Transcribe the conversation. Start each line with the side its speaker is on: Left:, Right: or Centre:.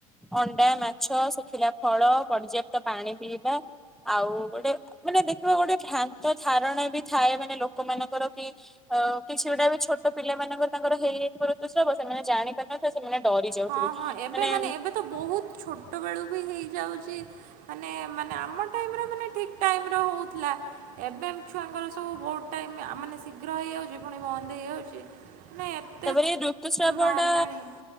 Centre: ଅଣ୍ଡା ମାଛ ସୁଖିଲା ଫଳ ପର୍ଯ୍ୟାପ୍ତ ପାଣି ପିଇବା। ଆଉ ଗୋଟେ ମାନେ ଦେଖିବ ଗୋଟେ ଭ୍ରାନ୍ତ ଧାରଣା ବି ଥାଏ ମାନେ ଲୋକ ମାନଙ୍କର କି ଆ କିଛି ଗୁଡା ବି ଛୋଟ ପିଲାମାନଙ୍କ ତାଙ୍କର ହେଇଯାଇଥିବ ଋତୁସ୍ରାବ ସେମାନେ ଜାଣିପାରୁନାହିଁନ୍ତି ସେମାନେ ଡରି ଯାଉଥିବେ
Right: ହଁ ହଁ
Centre: ମାନେ
Right: ଏବେ ଏବେ ତ ବହୁତ ଛୋଟ ବେଳୁ ବି ହେଇଯାଉଚି ମାନେ ମାନେ ଆମ ଟାଇମ ମାନେ ଠିକ ଟାଇମର ହଉଥିଲା। ଏବେ ଛୁଆଙ୍କର ସବୁ ବହୁତ ଟାଇମ ମାନେ ଶୀଘ୍ର ହେଇଯାଉଚି ପୁଣି ବନ୍ଦ ହେଇଯାଉଚି <unintelligible>
Centre: ତାପରେ ଏ ଋତୁସ୍ରାବଟା
Right: ବାହାରିଲାଣି।